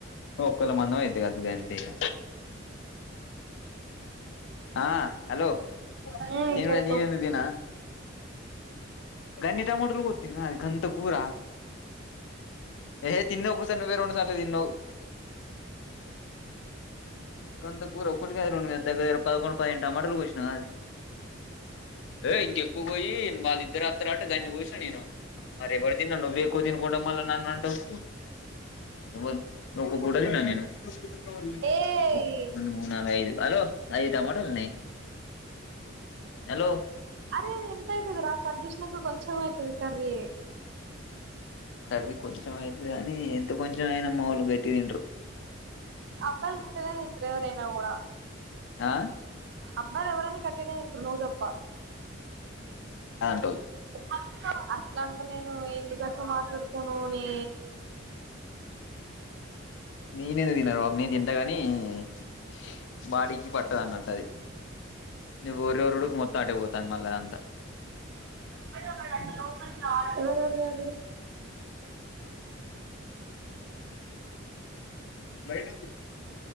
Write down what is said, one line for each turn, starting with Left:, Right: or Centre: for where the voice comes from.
Left: ఒఓక్కల మందమైతది కావచ్చు గంతే ఇగ ఆ హలో
Right: ఉమ్
Left: తన్డ
Right: చెప్పు
Left: నవే దిన గనిీ టమోటర్తనా అది అంత కూరా ఏ తిన్నవ ఒకసార్ నువ్వేరం సార్లు తిన్నవ్ అంత కూర ఒక్కటి కాదు దగ్గ దగ్గర పదకొండు పదిహేను టమాటలు కోసినాను కాదు ఏ ఇంకెక్కువ కోయి వాళ్ళ ఇద్దరు వస్తారు అట గాన్ని కోసిన నేను మరి ఎవరు తిన్నారు నువ్వే ఎకో తినుకుంట మల్ల నన్ను అంటావ్ ఎవల్ ఒక పూట తిన్న నేను <unintelligible>
Right: ఏయ్
Left: రడు మూ నాలుగు ఐదు హలో ఐదు టమాటాలున్నయి హలో
Right: అరే అది ఎంత అవుతుది రా కర్డిషన్కు కొంచెం అయితు కర్రీ
Left: కర్రీ కొంచెం అయితుదని కాని ఎంత కొంచెం అయినా మావాలు గట్టి తిండారు
Right: అబ్బాయాలు కట్టనే నింట ఎవరైనా కూడా
Left: ఆ
Right: అబ్బాలు ఎవరైనా గట్టిగానే తింటారు నువ్వు తప్ప
Left: అం
Right: వద్దను అట్లా అంట లేను ఎందుకు అట్లా పెడుతను నే
Left: నేనెందుకు తినను నేను తింటా కానీ నే నే బాడికి పట్టదు అన్నట్టుది ను వరెవరుడుకి మొత్తంఅటే పోతు తా మళ్ళ అంతా
Right: ప లోపలి ఎవరు ఎవరు
Left: లోచన